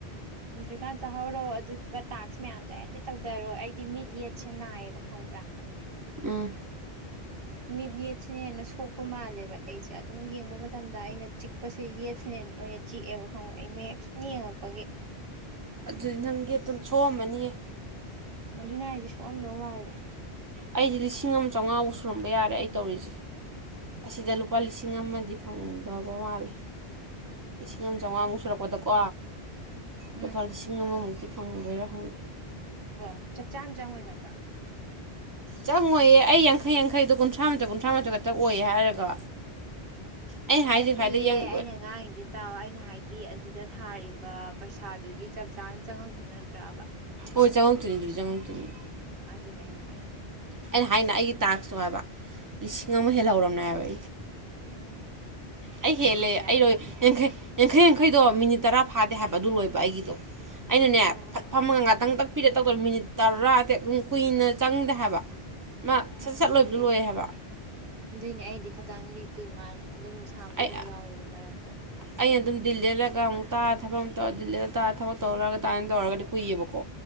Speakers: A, on the right; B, on the right.
A: ꯍꯧꯗ꯭ꯔꯤꯀꯥꯟ ꯆꯥꯍꯧꯔꯣ ꯑꯗꯨꯗꯨꯒ ꯇꯥꯛꯁ ꯃꯌꯥꯝꯗꯣ ꯍꯦꯛꯇ ꯇꯧꯊꯔꯣ ꯑꯩ ꯗꯤ ꯃꯤꯠ ꯌꯦꯠꯁꯦ ꯅꯥꯏꯌꯦꯕ ꯈꯪꯕ꯭ꯔꯥ
B: ꯑꯝ
A: ꯃꯤꯠ ꯌꯦꯠꯁꯤꯅ ꯍꯦꯟꯅ ꯁꯣꯛꯄ ꯃꯥꯜꯂꯦꯕ ꯑꯩꯁꯦ ꯑꯗꯨꯝ ꯌꯦꯡꯕ ꯃꯇꯝꯗ ꯑꯩꯅ ꯆꯤꯛꯄꯁꯦ ꯌꯦꯠꯁꯤꯅ ꯑꯣꯏꯅ ꯆꯤꯛꯑꯦꯕ ꯈꯪꯕ ꯑꯩ ꯃꯌꯦꯛ ꯁꯨꯝ ꯌꯦꯡꯉꯛꯄꯒꯤ
B: ꯑꯗꯨꯗꯤ ꯅꯪꯒꯤ ꯑꯗꯨꯝ ꯊꯣꯛꯑꯝꯃꯅꯤꯌꯦ
A: ꯑꯗꯨꯅ‌ꯦ ꯍꯥꯏꯁꯦ ꯁꯣꯛꯑꯝꯗꯧ ꯃꯥꯜꯂꯦ
B: ꯑꯩꯗꯤ ꯂꯤꯁꯤꯡ ꯑꯃ ꯆꯥꯝꯃꯉꯥꯃꯥꯎꯛ ꯁꯨꯔꯝꯕ ꯌꯥꯔꯦ ꯑꯩ ꯇꯧꯔꯤꯁꯦ ꯑꯁꯤꯗ ꯂꯨꯄꯥ ꯂꯤꯁꯤꯡ ꯑꯃꯗꯤ ꯐꯪꯗꯕ ꯃꯥꯜꯂꯦ ꯂꯤꯁꯤꯡ ꯑꯃ
A: ꯎꯝ
B: ꯆꯥꯝꯃꯉꯥꯃꯨꯛ ꯁꯨꯔꯛꯄꯗꯀꯣ ꯂꯨꯄꯥ
A: ꯎꯝ
B: ꯂꯤꯁꯤꯡ ꯑꯃꯃꯨꯛꯇꯤ ꯐꯪꯗꯣꯏꯔꯥ ꯍꯪꯗꯦ
A: ꯑꯣ ꯆꯞ ꯆꯥꯅ ꯆꯪꯉꯣꯏꯗꯕ꯭ꯔꯥ
B: ꯆꯪꯉꯣꯏꯌꯦ ꯑꯩ ꯌꯥꯡꯈꯩ ꯌꯥꯡꯈꯩꯗꯣ ꯀꯨꯟꯊ꯭ꯔꯥ ꯃꯥꯊ ꯀꯨꯟꯊ꯭ꯔꯥ ꯃꯊꯛ ꯈꯛꯇꯛ ꯑꯣꯏꯌꯦ ꯍꯥꯏꯔꯒ ꯑꯩꯅ ꯍꯥꯏꯁꯦ
A: ꯅꯠꯇꯦꯌꯦ
B: ꯈ꯭ꯋꯥꯏꯗꯒꯤ ꯌꯥꯡ
A: ꯑꯩꯅ ꯉꯥꯡꯉꯤꯁꯦ ꯇꯥꯎꯑꯣ ꯑꯩꯅ ꯍꯥꯏꯗꯤ ꯑꯗꯨꯗ ꯊꯥꯔꯤꯕ ꯄꯩꯁꯥꯗꯨꯗꯤ ꯆꯞ ꯆꯥꯅ ꯆꯪꯉꯛꯇꯣꯏ ꯅꯠꯇ꯭ꯔꯕ
B: ꯍꯣꯏ ꯆꯪꯉꯛꯇꯣꯏꯅꯤ ꯑꯗꯨꯗꯤ ꯆꯪꯉꯛꯇꯣꯏꯅꯤ
A: ꯑꯗꯨꯅꯦ ꯑꯩꯅ ꯍꯥꯏꯁꯦ
B: ꯑꯩꯅ ꯍꯥꯏꯅ ꯑꯩꯒꯤ ꯇꯥꯛꯁꯇꯣ ꯍꯥꯏꯕ ꯂꯤꯁꯤꯡ
A: ꯎꯝ
B: ꯑꯃ ꯃ ꯍꯦꯜꯂ ꯍ ꯍꯧꯔꯝꯅ ꯍꯥꯏꯕ
A: ꯎꯝ
B: ꯑꯩ ꯍꯦꯜꯂꯦ
A: ꯌꯥꯅꯦ
B: ꯑꯩꯗꯣ ꯌꯥꯡꯈꯩ ꯌꯥꯡꯈꯩ ꯌꯥꯡꯈꯩꯗꯣ ꯃꯤꯅꯤꯠ ꯇꯔꯥ ꯐꯥꯗꯦ ꯍꯥꯏꯕ ꯑꯗꯨ ꯂꯣꯏꯕ ꯑꯩꯒꯤꯗꯣ ꯑꯩꯅꯅꯦ
A: ꯑꯣ
B: ꯐꯝꯃꯒ ꯉꯥꯛ ꯈꯪꯇꯛꯄꯤꯔ ꯇꯧꯗ ꯃꯤꯅꯤꯠ ꯇꯔꯥ ꯇꯦꯛ ꯀꯨꯏꯅ ꯆꯪꯗꯦ ꯍꯥꯏꯕ ꯃꯥ ꯁꯠ
A: ꯎꯝ
B: ꯁꯠ ꯂꯣꯏꯕꯗꯨ
A: ꯑꯗꯨꯏꯅꯦ
B: ꯂꯣꯏ ꯍꯥꯏꯕ
A: ꯑꯗꯨꯏꯅꯦ ꯑꯩꯗꯤ ꯈꯤꯇꯪꯗꯤ ꯀꯨꯏ ꯃꯥꯜꯂꯦ ꯑꯗꯨꯝ ꯁꯥꯡꯕ
B: ꯑꯩ
A: ꯑꯗꯨꯝ ꯌꯥꯎꯋꯦꯕ ꯃꯔꯛꯇ
B: ꯑꯩꯅ ꯑꯗꯨꯝ ꯗꯤꯜ ꯂꯦꯜ ꯂꯒ ꯑꯃꯨꯛ ꯇꯥꯔ ꯊꯕꯛ ꯑꯃꯛ ꯇꯧꯔ ꯗꯤꯜꯂꯦꯗ ꯇꯥꯔ ꯊꯕꯛ ꯇꯧꯔ ꯂꯩꯔꯒ ꯇꯥꯏꯅ ꯇꯧꯔꯒꯗꯤ ꯀꯨꯏꯌꯦꯕꯀꯣ